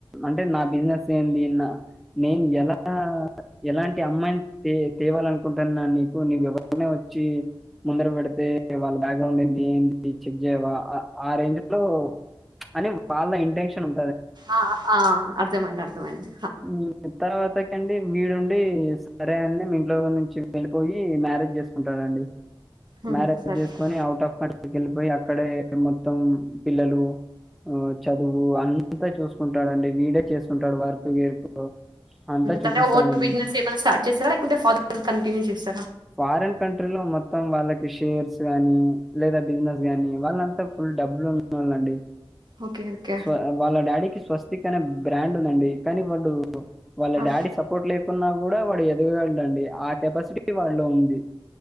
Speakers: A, in the centre; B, on the right (about 50°).
A: అంటే నా బిజినెస్ ఏంటి నిన్నా నేను ఎలా ఎలాంటి అమ్మాయిని తేవాలనుకుంటాన్నా నీకు నీవు ఎవరో వచ్చి ముందర పెడితే వాళ్ళ బ్యాక్గ్రౌండ్ ఏ ఏంటి చెక్ చెయవా ఆ రేంజ్ లో అని వాళ్ళ ఇంటెన్షన్ ఉం
B: ఆ ఆ అర్థమైంది అర్థమైంది
A: హ్మ్. తర్వాతకండి మీరుండి సరే అని మీ ఇంట్లో నుంచి వెళ్ళిపోయి మ్యారేజ్ చేసుకుంటాడండి
B: హ్మ్,
A: మ్యారేజ్
B: సరే
A: చేసుకొని ఔట్ ఆఫ్ క కి వెళ్ళిపోయి అక్కడే మొత్తం పిల్లలు చదువు అంతా చూసు స్తుంటాడండి వీడే చేస్తుంటాడు వర్క్ గిర్క్ అంతా చూపిస్తానండి
B: తన ఓన్ బిజినెస్ ఏమైనా స్టార్ట్ చేసారా లేకుంటే ఫాదర్ దీ కంటిన్యూ చేసారా
A: ఫారిన్ కంట్రీలో మొత్తం వాళ్ళకి షేర్స్ గానీ లేదా బిజినెస్ గానీ వాళ్ళంతా ఫుల్ డబ్బులు ఉన్నవాళ్ళండి
B: ఓకే ఓకే
A: స్వా వాళ్డా డాడీకి స్వస్తి క్ అనే బ్రాండ్ ఉందండి కానీ వాడు వాళ్ళ
B: ఆ
A: డాడీ సపోర్ట్ లేకున్నా కూడా వాడియద్ డండీ ఆ కెపాసిటీ వాళ్లో ఉంది